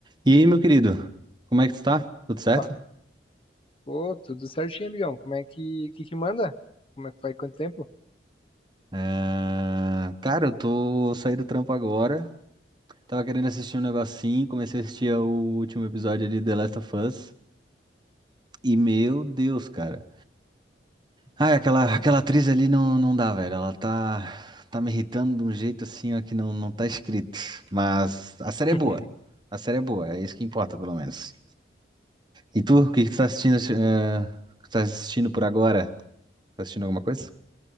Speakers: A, on the right (about 25°); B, on the left (about 30°).
A: E aí, meu querido, como é que tu tá? Tudo
B: Opa,
A: certo?
B: pô, tudo certinho, amigão. Como é que, que que manda? Como é que faz quanto tempo?
A: Ah, Cara, eu tô saindo do trampo agora. Tava querendo assistir um negocinho, comecei a assistir o último episódio ali de The Last of Us. E meu Deus, cara. Ai, aquela, aquela atriz ali não, não dá, velho. Ela tá, tá me irritando de um jeito assim, ó, que não, não tá escrito. Mas a série é
B: <laughs>
A: boa. A série é boa, é isso que importa, pelo menos. E tu, o que que tu tá assistindo, eh, que tu tá assistindo por agora? Tá assistindo alguma coisa?